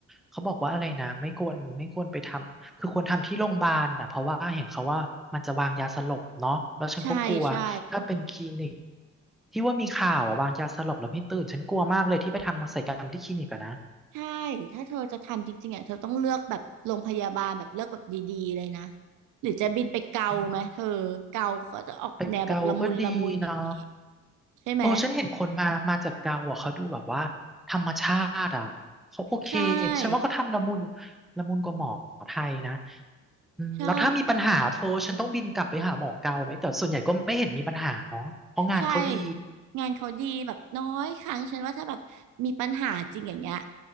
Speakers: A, in the centre; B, on the right (about 85°).
A: เขาบอกว่าอะไรนะไม่ควรไม่ควรไปทำคือควรทำที่โรงพยาบาลอ่ะเพราะว่าเห็นเขาว่ามันจะวางยาสลบเนาะแล้วฉันก็กลัวถ้าเป็นคลินิก
B: ใช่ใช่
A: ที่ว่ามีข่าวอะวางยาสลบแล้วไม่ตื่นฉันกลัวมากเลยที่ไปทำศัลยกรรมที่คลินิกอะนะ
B: ใช่ ถ้าเธอจะทำจริงๆอ่ะเธอต้องเลือกแบบโรงพยาบาลแบบเลือกแบบดีๆเลยนะ หรือจะบินไปเกาไหมเธอเกาเขาจะออกแนวแบบละมุนละมุนอย่างนี้
A: อืมไป่เกาก็ดีเนาะ
B: ใช่ไหม
A: โอ้ฉันเห็นคนมา มาจากเกาอ่ะเขาดูแบบว่าธรรมชาติอ่ะเขาโอเค
B: ใช่
A: ฉันว่าเขาทำละมุนละมุนกว่าหมอไทยนะอืมแล้วถ้ามีปัญหาโทรฉันต้องบินกลับไปหาหมอเกาไหมแต่ส่วนใหญ่ก็ไม่เห็นมีปัญหาเนาะเพราะงานเขาดี
B: ใช่ ใช่งานเขาดีแบบน้อยครั้งฉันว่าถ้าแบบมีปัญหาจริงอย่างเงี้ย